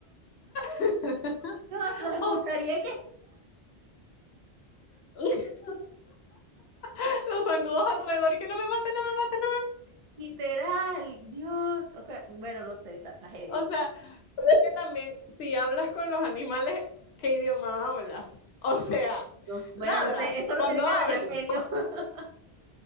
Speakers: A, on the left; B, on the right.
A: <laughs>
B: Dios, los escucharía
A: O-
B: que,
A: <laughs> <laughs> los zancudos alrededor y que no me maten, no me maten,
B: literal, Dios. ok, Bueno, no sé, está, está heavy.
A: no me O sea, es que también, si hablas con los animales, ¿qué idioma hablas? O sea,
B: No s- bueno,
A: ladras
B: no sé, eso lo
A: cuando
B: tiene que
A: hablas,
B: arreglar
A: <laughs>
B: el genio. <laughs>